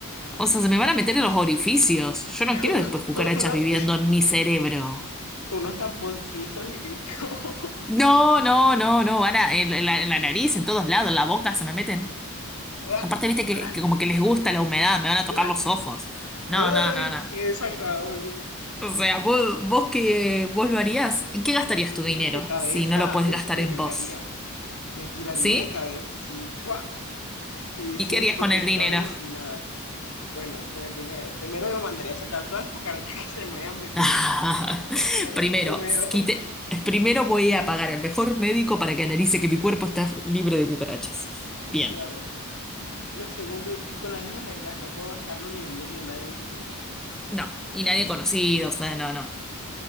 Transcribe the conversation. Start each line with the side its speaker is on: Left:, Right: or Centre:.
Centre: O sea, se me van a meter en los orificios. Yo no quiero
Left: Unos,
Centre: después cucarachas
Left: unos,
Centre: viviendo en mi cerebro.
Left: unos tamponcitos y listo. <laughs>
Centre: No, no, no, no, van a, en, en la, en la nariz, en todos lados, en la boca se me meten.
Left: Uah,
Centre: Aparte, viste que,
Left: uah,
Centre: que como que les gusta la humedad, me van a tocar
Left: uah.
Centre: los ojos. No,
Left: Ay,
Centre: no, no, no.
Left: qué desagradable.
Centre: O sea, vos, vos que vos lo harías, ¿en qué gastarías tu
Left: Y
Centre: dinero
Left: de cabeza,
Centre: si no lo puedes
Left: uf,
Centre: gastar
Left: me
Centre: en
Left: tiraría.
Centre: vos?
Left: Me tiraría
Centre: ¿Sí?
Left: de cabeza, así. Fua. Y
Centre: ¿Y
Left: sin
Centre: qué harías
Left: protectores
Centre: con el dinero?
Left: y sin nada. Bueno, con el dinero. Primero me mandaría a sacar todas las cucarachas <laughs> que se me hayan metido.
Centre: <laughs>
Left: Sería lo
Centre: Primero,
Left: primero,
Centre: quite- primero voy a pagar al mejor médico para que analice que mi cuerpo está libre de cucarachas.
Left: <laughs>
Centre: Bien.
Left: claro. Lo segundo, y con las mismas reglas, no puedo gastarlo ni en mí ni en nadie de mi familia.
Centre: No, y nadie conocido, o sea, no, no.